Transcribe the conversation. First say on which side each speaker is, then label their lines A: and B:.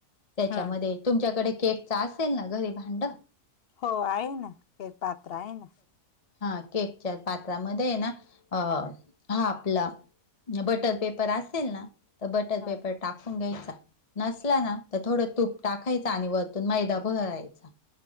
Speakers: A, on the left; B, on the left.
A: त्याच्यामध्ये
B: हा
A: तुमच्याकडे केकच असेल ना घरी भांड?
B: हो आहे ना हे पात्र आहे ना.
A: हा केकच्या पात्रामध्ये ना अ हा आपला बटर पेपर असेल ना तर बटर
B: हा
A: पेपर टाकून घ्यायचा नसला ना तर थोडं तूप टाकायचा आणि वरतून मैदा भुरळायचा‌.